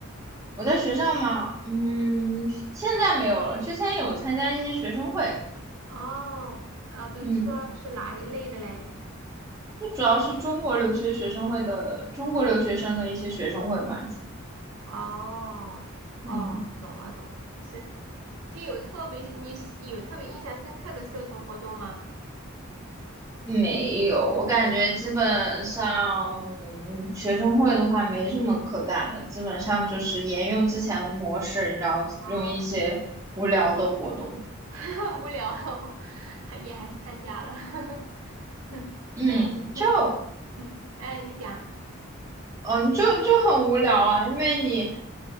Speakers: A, on the right; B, on the right.
A: 我在学校嘛，嗯，现在没有了。之前有参加一些学生会，
B: 哦，呃，比如说是哪一类的嘞？
A: 嗯，就主要是中国留学学生会的中国留学生的一些学生会嘛。主
B: 哦哦，
A: 嗯，
B: 懂了懂了，就是就有特别你喜有特别印象深刻的社团活动吗？
A: 没有，我感觉基本上嗯学生会的话没什么可干的，基本上就是沿用之前的模式，然后用一些无聊的活动。
B: 啊，<laughs> 无聊了 <laughs> 还也还是参加了。<laughs>
A: 嗯，
B: 那你？
A: 就
B: 嗯，哎，你讲，
A: 嗯，就就很无聊啊，因为你，